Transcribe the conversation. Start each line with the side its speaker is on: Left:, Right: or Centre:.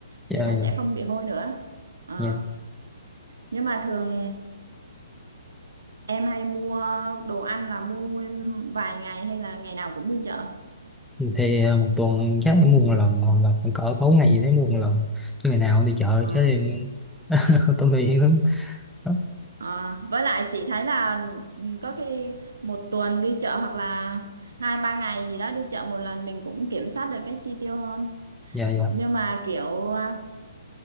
Centre: dạ
Right: thì nó sẽ
Centre: dạ
Right: không bị hôi nữa Ờ,
Centre: dạ
Right: nhưng mà thường em hay mua đồ ăn là mua nguyên vài ngày hay là ngày nào cũng đi chợ
Centre: thì ờ, một tuần chắc em mua một lần hoặc là cỡ bốn ngày gì đấy mua một lần chứ ngày nào cũng đi chợ
Right: Ờ.
Centre: chứ em tôi tôi thì hiểu lắm đó.
Right: Ờ, với lại chị thấy là ừ, có khi một tuần đi chợ hoặc là hai ba ngày gì đó đi chợ một lần mình cũng kiểm soát được cái chi tiêu hơn
Centre: dạ dạ
Right: nhưng mà kiểu à,